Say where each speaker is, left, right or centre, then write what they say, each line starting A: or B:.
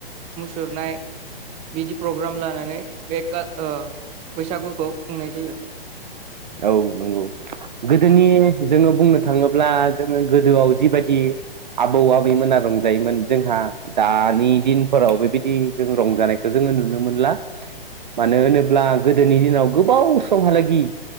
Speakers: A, on the right (about 20°); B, on the right (about 50°).
A: मुसुरनाय बिदि प्रग्राम लानानै बे काल ओ बैसागुखौ खुंनाय जायो।
B: औ नोंगौ। गोदोनि जोङो बुंनो थाङोब्ला जोङो गोदोआव जिबायदि आबौ आबैमोना रंजायोमोन जोंहा दानि दिनफोराव बेबायदि जों रंजानायखौ जोङो नुनो मोनल। मानो होनोब्ला गोदोनि दिनाव गोबाव समहालागि